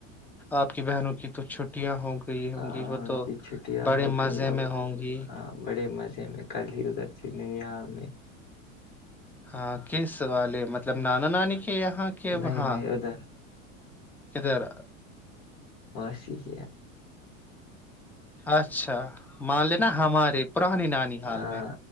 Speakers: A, in the centre; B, on the left.
A: آپ کی بہنوں کی تو چھٹیاں ہوگی گئی ہوں
B: ہاں
A: گی وہ
B: ان
A: تو
B: کی چھٹیاں
A: بڑے
B: ہو
A: مزے
B: گئی اب
A: میں ہوں گی
B: ہاں بڑے مزے میں کل ہی ادھر پھرنے یہاں میں
A: ہاں کی سوال ہے مطلب نانا نانی کے یہاں کے
B: نہیں
A: وہاں
B: نہیں ادھر
A: ادھر
B: ماسی گ
A: اچھا مان لے
B: ہاں
A: نا ہمارے پرانی نانی حال
B: ہاں
A: میں